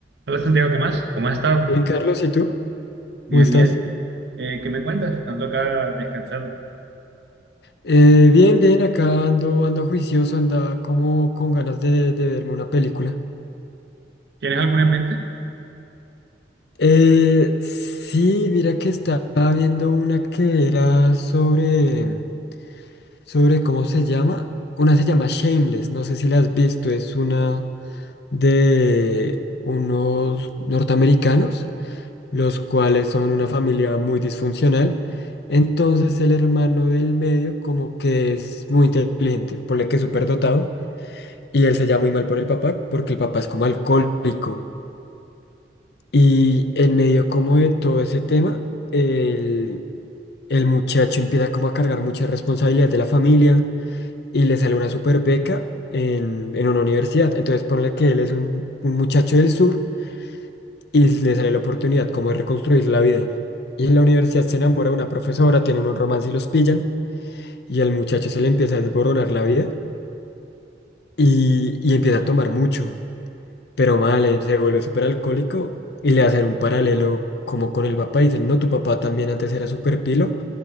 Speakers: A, on the right; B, on the left.
A: Hola Santiago, ¿qué más? ¿Cómo has estado?
B: Bien, Carlos, ¿y tú?
A: Bien,
B: ¿Cómo estás?
A: bien. Eh, ¿qué me cuentas? Ando acá descansando.
B: Eh, bien, bien, acá ando, ando juicioso, anda como con ganas de, de verme una película.
A: ¿Tienes alguna en mente?
B: Eh, sí, mira que estaba viendo una que era sobre, sobre, ¿cómo se llama? Una se llama Shameless, no sé si la has visto, es una de unos norteamericanos los cuales son una familia muy disfuncional. Entonces el hermano del medio como que es muy inteligente, ponle que es súper dotado, y él se llama muy mal por el papá, porque el papá es como alcohólico. Y en medio como de todo ese tema, el, el muchacho empieza como a cargar muchas responsabilidades de la familia y le sale una super beca en, en una universidad. Entonces ponle que él es un un muchacho del sur y le sale la oportunidad como de reconstruir la vida. Y en la universidad se enamora de una profesora, tienen un romance y los pillan, y al muchacho se le empieza a desboronar la vida y, y empieza a tomar mucho, pero mal, eh, se vuelve súper alcohólico y le hacen un paralelo como con el papá, y dicen, no, tu papá también antes era súper pilo